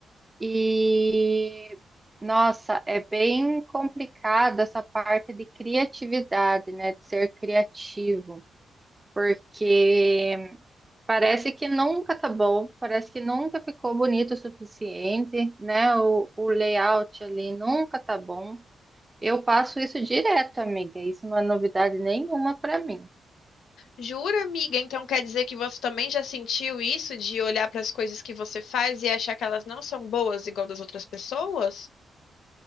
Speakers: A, on the right; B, on the left.
A: E nossa, é bem complicado essa parte de criatividade, né? De ser criativo, porque parece que nunca tá bom, parece que nunca ficou bonito o suficiente, né? O, o layout ali nunca tá bom. Eu passo isso direto, amiga. Isso não é novidade nenhuma para mim.
B: Jura, amiga? Então quer dizer que você também já sentiu isso de olhar para as coisas que você faz e achar que elas não são boas igual das outras pessoas?